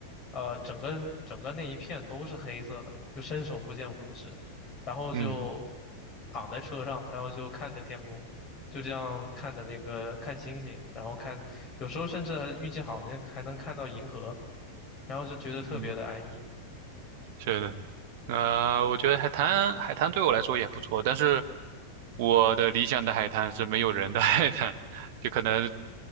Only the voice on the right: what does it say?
嗯
嗯。是的，呃，我觉得海滩海滩对我来说也不错，但是我的理想的海滩是没有人的 <laughs> 海滩，就可能